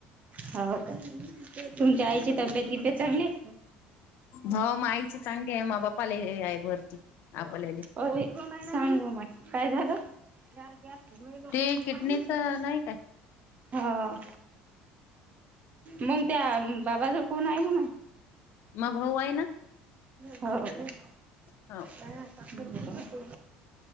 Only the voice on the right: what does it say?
हो कायं तुमच्यां आईची तब्येत किब्येत चांगली आहे.
अरे सांगव मांय कायं झालं. चार चार लयं लोकं
पाणी नेतेत.
हं मंग त्यां बाबां जवळं कोणं आहे वं मगं.
हो वांले
सांगू नं देतो